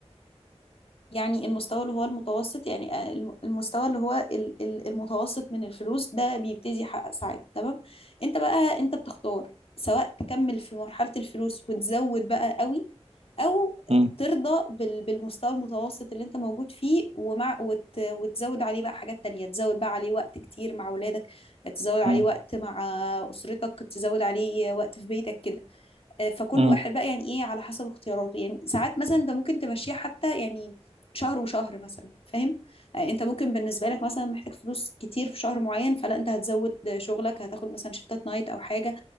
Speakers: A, on the left; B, on the right.
A: يعني المستوى اللي هو المتوسط يعني آه، الم- المستوى اللي هو ال- ال- المتوسط من الفلوس ده بيبتدي يحقق سعادة تمام انت بقى انت بتختار سواء تكمل في مرحلة الفلوس وتزود بقى قوي او
B: مم.
A: ترضى بال- بالمستوى المتوسط اللي انت موجود فيه ومع وت وتزود عليه بقى حاجات تانية تزود بقى عليه وقت كتير مع اولادك تزود عليه
B: مم.
A: وقت مع اسرتك تزود عليه وقت في بيتك كده آه، فكل
B: مم.
A: واحد بقى يعني ايه على حسب اختياراته يعني ساعات مثلا انت ممكن تمشيها حتى يعني شهر وشهر مثلا فاهم آه، انت ممكن بالنسبه لك مثلا محتاج فلوس كتير في شهر معين فلا انت هتزود شغلك هتاخد مثلا شيفتات نايت او حاجه